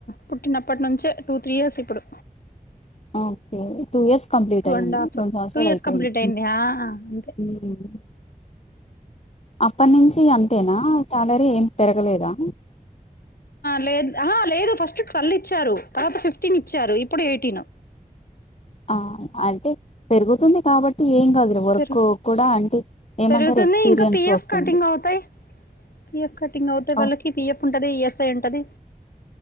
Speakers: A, on the left; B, on the left.
A: పుట్టినప్పటి నుంచే టూ త్రీ ఇయర్స్ ఇప్పుడు
B: okay two years complete
A: two
B: అయ్యంది
A: and హాఫ్
B: రెండు సంవత్సరాలు
A: టూ ఇయర్స్
B: అయిపోయింది
A: కంప్లీట్ అయింది ఆ అంతే
B: ఉ <inaudible> అప్పటి నుంచి అంతేనా శాలరీ ఏం పెరగలేదా
A: లేదు లేదు ఫస్ట్ ట్వెల్వ్ ఇచ్చారు తర్వాత ఫిఫ్టీన్ ఇచ్చారు ఇప్పుడు ఎయిటీన్
B: ఆ అంటే పెరుగుతుంది కాబట్టి ఏం కాదు వర్క్
A: పెరుగు
B: కూడా అంటే ఏమంటారు
A: పెరుగుతుంది
B: ఎక్స్పీరియన్స్
A: ఇంకా పిఎఫ్
B: వస్తుంది
A: కటింగ్ అవుతాయి పిఎఫ్ కటింగ్ అవుతే
B: ఓ
A: వాళ్ళకి పిఎఫ్ ఉంటది ఈఎస్ఐ ఉంటది